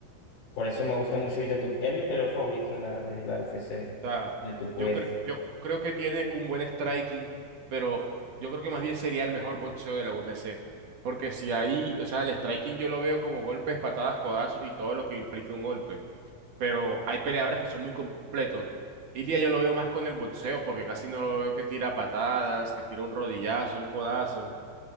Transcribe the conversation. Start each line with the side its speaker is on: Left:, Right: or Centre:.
Left: por eso me gusta mucho Ilia Topuria. Es mi peleador favorito de la, de la UFC.
Right: O sea,
Left: Ilia Topuria
Right: yo, cre-
Left: es-
Right: yo creo que tiene un buen striking, pero yo creo que más bien sería el mejor boxeo de la UFC. Porque si ahí, o sea, el striking yo lo veo como golpes, patadas, codazos y todo lo que implique un golpe. Pero hay peleadores que son muy completos. Ilia yo lo veo más con el boxeo, porque casi no lo veo que tira patadas, que tira un rodillazo, un codazo. O